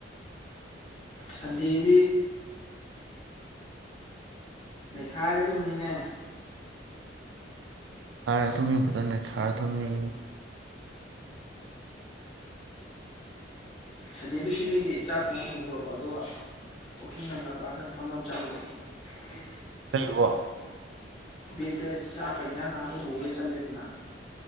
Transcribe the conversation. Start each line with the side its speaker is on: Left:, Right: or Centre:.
Left: ꯁꯟꯗꯦꯗꯤ ꯂꯩꯩꯈꯥꯏꯒꯗꯕꯅꯤꯅꯦ
Right: ꯈꯥꯏꯔ ꯊꯧꯅꯤ ꯄꯊꯅ ꯈꯥꯔ ꯊꯧꯅꯤ
Left: ꯁꯟꯗꯦꯗꯨ ꯁꯤꯗꯒꯤ ꯆꯥꯛ ꯊꯣꯡꯉ ꯄꯨꯈ꯭ꯔꯕ ꯑꯗꯨꯒ ꯋꯥꯛꯀꯤꯡ ꯍꯜꯂꯒ ꯑꯥꯗꯅ ꯐꯝ ꯆꯥꯔꯨꯕ ꯎꯝ
Right: ꯀꯩꯕꯣ
Left: ꯕꯦꯛꯇꯦ ꯆꯥꯛꯀ ꯏꯟꯖꯥꯡ ꯍꯥꯞꯄ ꯄꯨꯔ ꯆꯠꯂꯦꯗꯅ